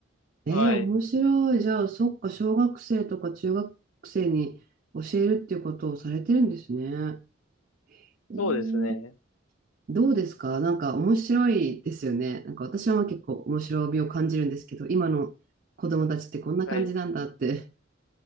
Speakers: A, on the right (about 45°); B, on the left (about 80°).
A: えー、
B: はい。
A: 面白い。じゃあ、そっか、小学生とか中学生に教えるっていうことをされてるんですね。えー
B: そうですね。
A: どうですかなんか面白いですよね。なんか私はまあ結構面白みを感じるんですけど、今の子供たちってこんな感じなんだって
B: はい。